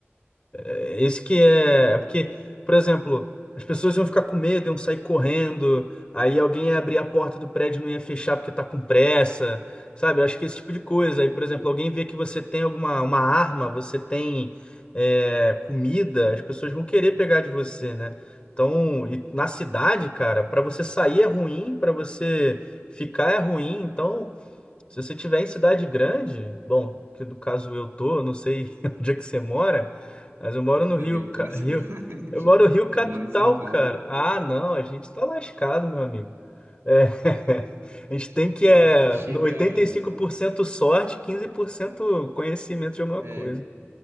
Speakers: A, on the left; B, on the right.
A: É, Esse que é, é porque, por exemplo, as pessoas iam ficar com medo, iam sair correndo, aí alguém ia abrir a porta do prédio e não ia fechar porque tá com pressa, sabe? Eu acho que esse tipo de coisa. Aí, por exemplo, alguém vê que você tem alguma uma arma, você tem é, comida, as pessoas vão querer pegar de você, né? Então, e na cidade, cara, pra você sair é ruim, pra você ficar é ruim, então se você tiver em cidade grande, bom, que no caso eu tô, eu não sei <laughs> onde é que você mora, mas eu moro
B: Eu
A: no
B: também
A: Rio,
B: estou
A: Ca-
B: na <laughs> cidade.
A: Rio, eu moro no Rio Capital,
B: Eu moro em São Paulo.
A: cara. Ah, não, a gente tá lascado, meu amigo. É, <laughs> a gente tem que
B: Eu
A: é
B: acho que chega.
A: no 85% sorte, 15% conhecimento de alguma
B: é
A: coisa.